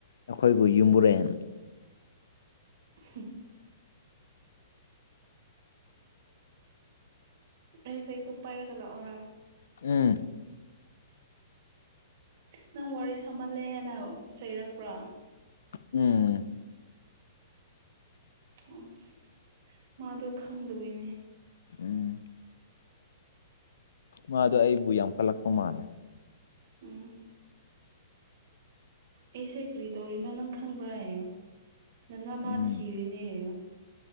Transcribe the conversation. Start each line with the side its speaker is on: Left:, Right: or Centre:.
Left: ꯑꯩꯈꯣꯏꯕꯨ ꯌꯨꯝꯕꯨꯔꯦꯟ
Right: ꯍꯤ ꯑꯩ ꯆꯩꯇꯨꯞ ꯄꯥꯏꯔꯒ ꯂꯥꯛꯑꯣꯔꯥ
Left: ꯎꯝ
Right: ꯅꯪ ꯋꯥꯔꯤ ꯁꯥꯃꯜꯂꯦꯅ ꯍꯥꯏꯅ ꯆꯩꯔꯛꯄ꯭ꯔꯣ꯫
Left: ꯎꯝ
Right: ꯑꯁ ꯃꯥꯗꯣ ꯈꯪꯗꯕꯒꯤꯅꯦ꯫
Left: ꯎꯝ ꯃꯥꯗꯣ ꯑꯩꯕꯨ ꯌꯥꯝ ꯀꯜꯂꯛꯄ ꯃꯥꯜꯂꯦ꯫
Right: ꯎꯝ꯫ ꯑꯩꯁꯦ ꯀ꯭ꯔꯤ ꯇꯧꯔꯤꯅꫭ ꯅꯪ ꯈꯪꯕ꯭ꯔꯥ ꯍꯥꯢꯌꯨ ꯅꯅꯥꯝꯃꯥ
Left: ꯎꯝ
Right: ꯊꯤ ꯊꯤꯕꯅꯦ ꯍꯥꯢꯌꯨ